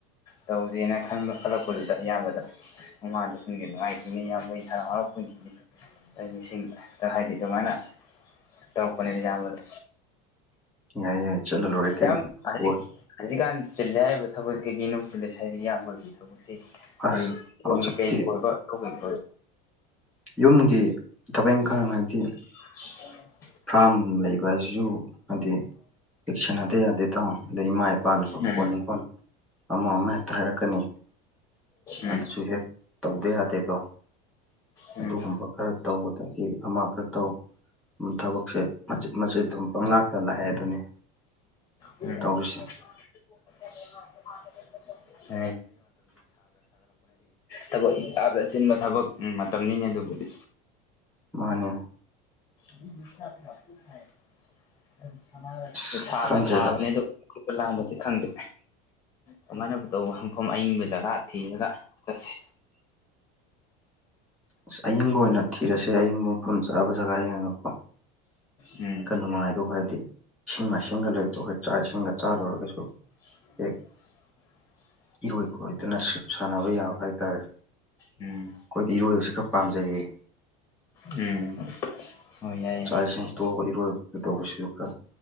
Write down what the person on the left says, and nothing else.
ꯇꯧꯁꯦꯅ ꯈꯟꯕ ꯈꯜꯂꯛꯄꯗꯨꯗ ꯏꯌꯥꯝꯕꯗ ꯃꯃꯥꯗ ꯄꯨꯟꯒꯤ ꯅꯨꯡꯉꯥꯏꯈꯤꯅꯤ ꯌꯥꯝꯕꯩ ꯍꯔꯥꯎ ꯍꯔꯥꯎ ꯄꯨꯟꯈꯤꯅꯤ꯫ ꯃꯤꯁꯤꯡꯗ ꯍꯥꯏꯗꯤ ꯑꯗꯨꯃꯥꯏꯅ ꯇꯧꯔꯛꯄꯅꯦꯗ ꯏꯌꯥꯝꯕꯗ
ꯌꯥꯝ ꯍꯧꯖꯤꯛ
ꯍꯧꯖꯤꯛꯀꯥꯟ ꯆꯤꯜꯂꯦ ꯍꯥꯏꯔꯤꯕ ꯊꯕꯛꯁꯤ ꯀꯩꯀꯩꯅꯣꯕꯨ ꯆꯤꯜꯂꯦꯁ ꯍꯥꯏꯗꯤ ꯌꯥꯝꯕꯈꯤ ꯊꯕꯛꯁꯦ꯫
ꯍꯥꯏꯗꯤ
ꯏꯣꯟꯒꯤ ꯀꯩ ꯀꯣꯏꯕ ꯀꯕ
<inaudible>
ꯎꯝ
ꯎꯝ
ꯎꯝ
ꯎꯝ
<inaudible> ꯊꯕꯛ ꯏꯥꯞꯗ ꯆꯤꯟꯕ ꯊꯕꯛ ꯃꯇꯝꯅꯤꯅꯦ ꯑꯗꯨꯕꯨꯗꯤ
<inaudible>
ꯅꯨꯡꯁꯥꯒ
ꯁꯥꯕꯅꯦ ꯑꯗꯣ ꯀꯣꯏꯕ ꯂꯥꯡꯕꯁꯦ ꯈꯪꯗꯦ ꯀꯃꯥꯏꯅꯕꯨ ꯇꯧꯕ ꯃꯐꯝ ꯑꯏꯪꯕ ꯖꯒꯥ ꯊꯤꯔꯒ ꯆꯠꯁꯦ
ꯎꯝ
<unintelligible>
ꯎꯝ
ꯎꯝ ꯍꯣꯏ ꯌꯥꯏꯌꯦ